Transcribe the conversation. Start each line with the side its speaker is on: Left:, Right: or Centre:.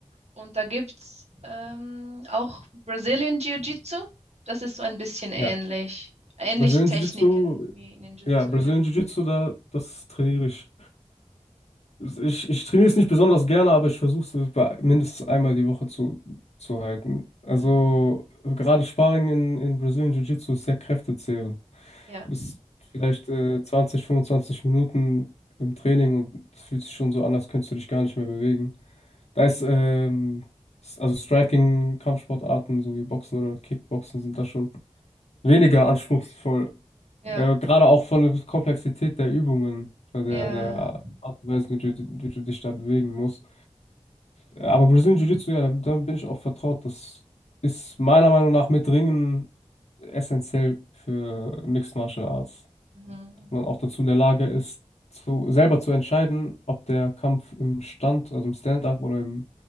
Right: Und da gibt's ähm, auch Brazilian Jiu-Jitsu. Das ist so ein bisschen ähnlich.
Left: Ja.
Right: Ähnliche
Left: Brazilian
Right: Techniken
Left: Jiu-Jitsu,
Right: wie Ninjutsu,
Left: ja, Brazilian
Right: ja.
Left: Jiu-Jitsu, da, das trainiere ich Ich, ich trainiere es nicht besonders gerne, aber ich versuche es bei- mindestens einmal die Woche zu, zu halten. Also
Right: Mhm.
Left: gerade Sparring in, in Brazilian Jiu-Jitsu ist sehr kräftezehrend.
Right: Ja,
Left: Du bist vielleicht äh, 20, 25 Minuten im Training und es fühlt sich schon so an, als könntest du dich gar nicht mehr bewegen. Da ist, ähm, s- also Striking, Kampfsportarten so wie Boxen oder Kickboxen sind da schon weniger anspruchsvoll.
Right: ja,
Left: Äh, gerade auch von der Komplexität der Übungen, äh, der,
Right: ja.
Left: der Art und Weise, wie du, wie du dich da bewegen musst. Äh, Aber Brazilian Jiu-Jitsu, ja, damit damit bin ich auch vertraut. Das ist meiner Meinung nach mit Ringen essentiell für Mixed Martial Arts.
Right: Mhm,
Left: Dass man
Right: mhm.
Left: auch dazu in der Lage ist, zu, selber zu entscheiden, ob der Kampf im Stand, also im Stand-up oder im